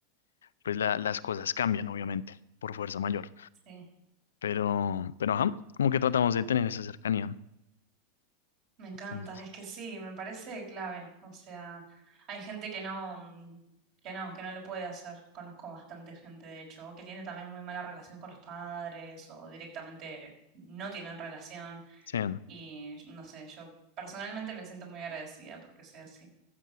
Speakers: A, on the left; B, on the right.
A: pues la- las cosas cambian, obviamente, por fuerza mayor.
B: sí,
A: Pero, pero, ajá, como que tratamos de tener esa cercanía.
B: me encanta,
A: Entonces,
B: es que sí, me parece clave. O sea, hay gente que no, mm, que no, que no lo puede hacer. Conozco bastante gente, de hecho, o que tiene también muy mala relación con los padres, o directamente no tienen relación.
A: sí.
B: Y no sé, yo personalmente me siento muy agradecida porque sea así.